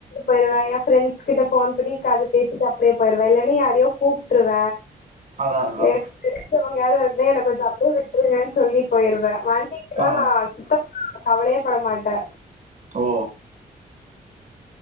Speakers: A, on the left; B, on the right.
A: போய்ருவ என் ஃபிரெண்ஸ் கிட்ட போன் பண்ணி கத பேசிட்டு அப்டியே போயிடுவ இல்லன்னு யாரையோ கூப்டுருவ
B: அதான் அதான்
A: <unintelligible> என கொஞ்சோ அங்க விட்டுருங்கன்னு சொல்லி போயிடுவ பண்ணிக்லா
B: ஆ
A: நா சுத்த கவலையே பட மாட்ட
B: ஓ